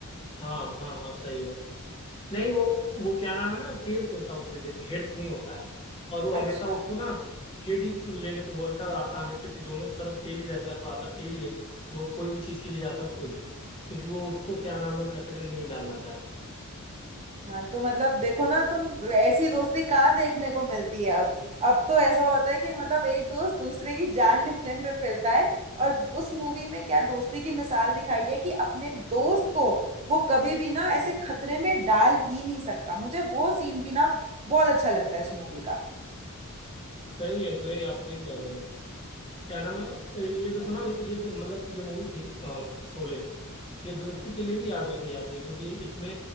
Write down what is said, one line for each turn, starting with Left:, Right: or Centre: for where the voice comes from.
Left: हाँ हाँ हाँ सही है नहीं वो वो क्या नाम है ना टेल्स होता है उसमें सिर्फ हेड्स नहीं होता है और वो हमेशा
Right: अच्छा
Left: उसको ना हेड ही लेने को बोलता है और आता हमेशा क्योंकि दोनों तरफ टेल ही रहता है तो आता टेल ही है तो वो कोई भी चीज के लिए जाता खुद है क्योंकि वो उसको क्या नाम है खतरे में नहीं डालना चाहता
Right: हाँ तो मतलब देखो ना तुम ऐसी दोस्ती कहाँ देखने को मिलती है अब अब तो ऐसा होता है कि मतलब एक दोस्त दूसरे की जान लेने पे फिरता है और उस मूवी में क्या दोस्ती की मिसाल दिखाई है कि अपने दोस्त को वो कभी भी ना ऐसे खतरे में डाल ही नहीं सकता मुझे वो सीन भी ना बहुत अच्छा लगता है इस मूवी का
Left: सही है सही है, आप सही कह रहे हो क्या नाम है ये देखो ना ये दो मतलब कि जो मूवी थी अ, शोले ये दोस्ती के लिए भी याद रखी जाती है क्योंकि इसमें